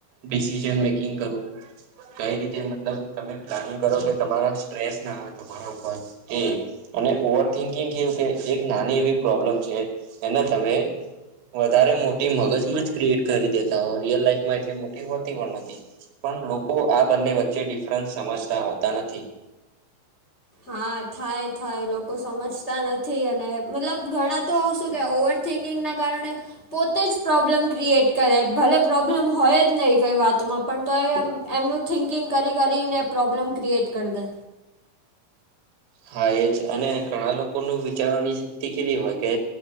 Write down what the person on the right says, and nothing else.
ડિસન મેકિંગ કરવું કઈ રીતે મતલબ તમે પ્લાનિંગ કરો કે તમારા સસ ના આવે બ એ અને ઓવર થિંકિંગ કેવું એક નાની એવી પ્રોબ્લમ છે એને તમે વધારે મોટી મગજમાં જ ક્રિએટ કરી દેતા હો રિયલ લાાઈફમાં એટલી મોટી હોતી પણ નથી પણ લોકો આ બંને વચ્ચે ડિફરન્સ સમજતા હોતા નથી
હા એજ અને ઘણા લોકો ન વિચારવાની શક્તિ કેવી હોય કે